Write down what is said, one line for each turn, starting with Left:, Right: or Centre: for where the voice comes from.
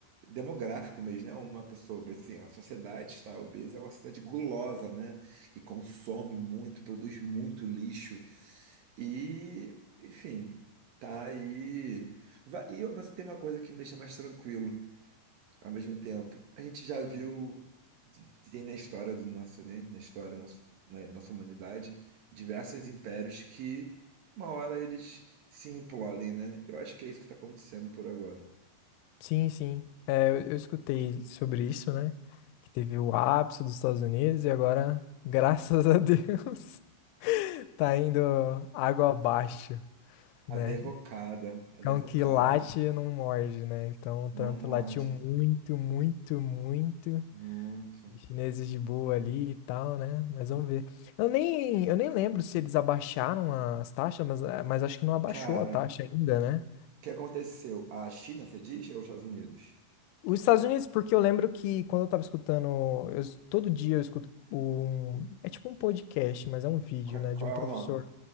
Right: demográfico mesmo, né? Uma pessoa obesa, assim, a sociedade está obesa, é uma sociedade gulosa, né? Que consome muito, produz muito lixo e, enfim, tá aí. Vai- e eu- mas tem uma coisa que me deixa mais tranquilo ao mesmo tempo. A gente já viu, tem na história do nosso, né? Na história da nossa, na nossa humanidade, diversos impérios que uma hora eles se implodem, né? Eu acho que é isso que está acontecendo por agora.
Left: Sim, sim. É, eu, eu escutei sobre isso, né? Que teve o ápice dos Estados Unidos e agora, <laughs> graças a Deus, <laughs> tá indo água abaixo, né?
Right: A derrocada, a
Left: Cão
Right: derrocada.
Left: que late não morde, né? Então o
Right: Não
Left: Trump
Right: morde.
Left: latiu muito, muito, muito.
Right: Muito.
Left: Chineses de boa ali e tal, né? Mas vamos ver. Eu nem, eu nem lembro se eles abaixaram as taxas, mas, eh, mas acho que não abaixou
Right: Cara,
Left: a taxa ainda, né?
Right: o que aconteceu? A China, você diz, ou os Estados Unidos?
Left: Os Estados Unidos, porque eu lembro que quando eu tava escutando, eu, todo dia eu escuto um, é tipo um podcast, mas é um vídeo,
Right: Qua-
Left: né,
Right: Qual,
Left: de um
Right: é
Left: professor,
Right: o nome?